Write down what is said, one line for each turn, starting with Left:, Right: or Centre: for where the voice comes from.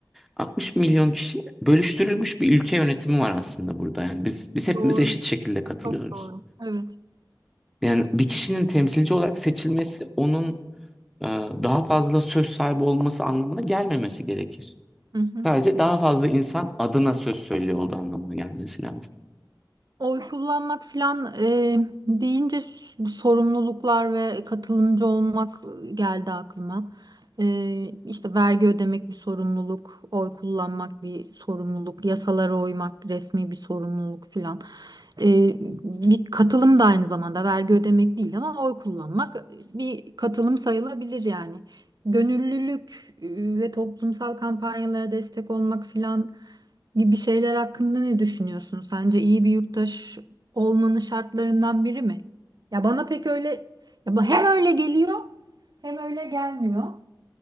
Centre: 60 milyon kişi bölüştürülmüş bir ülke yönetimi var aslında burada. Yani biz biz hepimiz
Right: Doğru,
Centre: eşit şekilde katılıyoruz.
Right: çok doğru. Evet.
Centre: Yani bir kişinin temsilci olarak seçilmesi onun e, daha fazla söz sahibi olması anlamına gelmemesi gerekir.
Right: Hı hı.
Centre: Sadece daha fazla insan adına söz söylüyor olduğu anlamına gelmesi lazım.
Right: Oy kullanmak filan e, deyince s- sorumluluklar ve katılımcı olmak geldi aklıma. E, işte vergi ödemek bir sorumluluk, oy kullanmak bir sorumluluk, yasalara uymak resmi bir sorumluluk filan. E, bir katılım da aynı zamanda vergi ödemek değil ama oy kullanmak bir katılım sayılabilir yani. Gönüllülük e, ve toplumsal kampanyalara destek olmak filan gibi şeyler hakkında ne düşünüyorsun? Sence iyi bir yurttaş olmanın şartlarından biri mi? Ya bana pek öyle ya ba- hem öyle geliyor hem öyle gelmiyor.